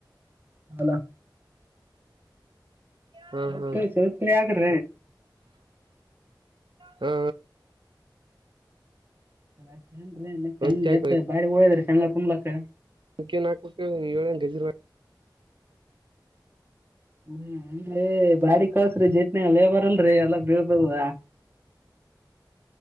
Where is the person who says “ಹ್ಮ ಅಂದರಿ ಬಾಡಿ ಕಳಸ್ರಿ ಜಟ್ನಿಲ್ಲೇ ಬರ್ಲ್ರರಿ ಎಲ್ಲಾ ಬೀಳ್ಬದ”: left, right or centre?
Right